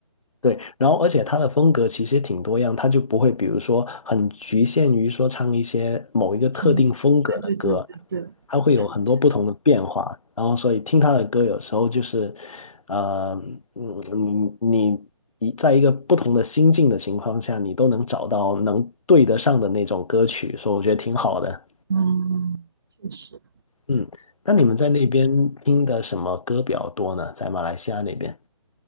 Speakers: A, on the left; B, on the right.
A: 对，然后而且他的风格其实挺多样，他就不会比如说很局限于说唱一些某一个特定风格的歌，
B: 听，对对对对对，
A: 他会有很多不同的变化。
B: 确实确实。
A: 然后所以听他的歌有时候就是，呃，嗯，你你一在一个不同的心境的情况下，你都能找到能对得上的那种歌曲，所以我觉得挺好的。
B: 嗯，确实，
A: 嗯，那你们在那边听的什么歌比较多呢？在马来西亚那边？